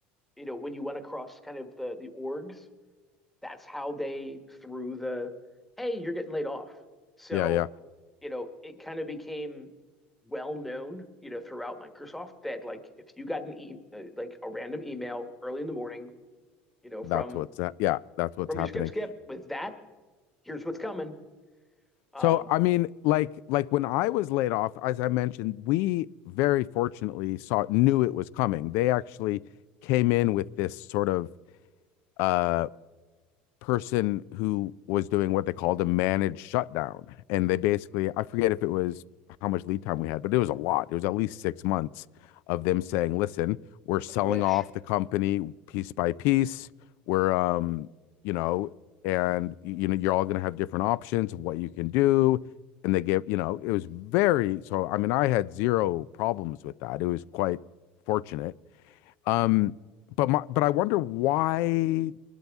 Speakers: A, in the centre; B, on the left.
A: you know, when you went across kind of the the orgs, that's how they threw the hey, you're getting laid off. So,
B: Yeah, yeah.
A: you know, it kind of became well known, you know, throughout Microsoft that like if you got an e- uh, like a random email early in the morning, you know,
B: That's
A: from
B: what's that. Yeah, that's what's
A: from
B: happening.
A: your skip skip with that, here's what's coming. Um,
B: So I mean, like like when I was laid off, as I mentioned, we very fortunately saw knew it was coming. They actually came in with this sort of uh person who was doing what they called a managed shutdown. And they basically, I forget if it was how much lead time we had, but it was a lot. It was at least six months of them saying, listen, we're selling
A: I wish.
B: off the company piece by piece. We're, um, you know, and you know, you're all going to have different options of what you can do. And they give, you know, it was very, so I mean, I had zero problems with that. It was quite fortunate. Um, but my, but I wonder why